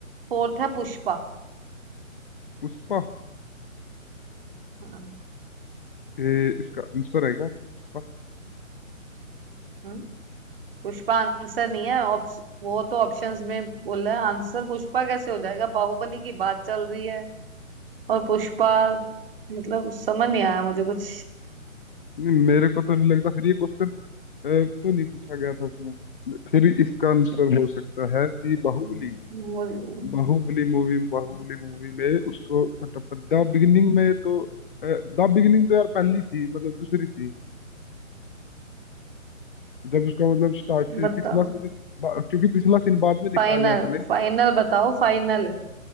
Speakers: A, on the right; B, on the left.
A: फोर्थ है पुष्पा
B: पुष्पा
A: हाँ
B: ये इसका आंसर है क्या पुष्पा
A: हम्म, पुष्पा आंसर नहीं है ऑप्श, वो तो ऑप्शंस में बोल रहा है आंसर पुष्पा कैसे हो जाएगा बाहुबली की बात चल रही है और पुष्पा मतलब समझ नहीं आया मुझे कुछ
B: नहीं मेरे को तो नहीं लगता फिर ये क्वेश्चन तो नहीं पूछा गया था उसमें फिर इसका आंसर हो सकता है कि बाहुबली
A: हम्म, मुझे,
B: बाहुबली मूवी बाहुबली मूवी में उसको कटप्पा द बिगिनिंग में तो द बिगिनिंग तो यार पहली थी मतलब दूसरी थी जब उसका मतलब स्टार्ट से
A: बताओ
B: पिछला सीन क्योंकि पिछला सीन बाद में दिखाया
A: फाइनल
B: गया था ना इसमें
A: फाइनल बताओ फाइनल है।